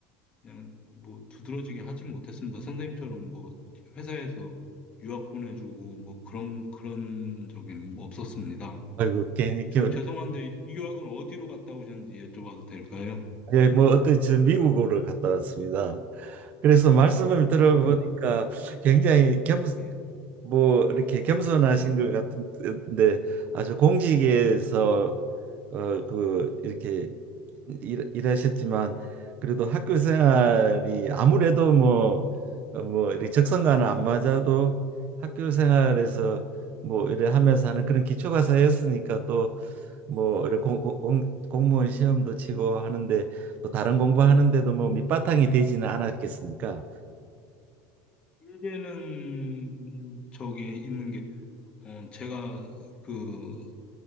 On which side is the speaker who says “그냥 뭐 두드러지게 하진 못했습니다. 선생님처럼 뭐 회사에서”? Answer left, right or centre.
Left